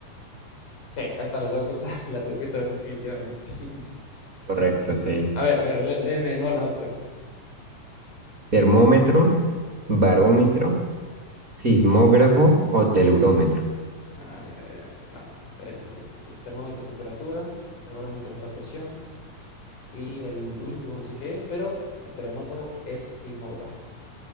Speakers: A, on the left (about 65°); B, on the right (about 25°).
A: Sí, esta la tengo que saber, <laughs> la tengo que saber definitivamente. <laughs>
B: Correcto, sí.
A: A ver, a ver, lé- léeme de nuevo las opciones.
B: Termómetro, barómetro, sismógrafo o telurómetro.
A: Ah, ya, ya, ya. No, está decidido. Sí, termómetro, es temperatura, el barómetro es la presión y el último no sé qué es, pero el terremoto es sismógrafo.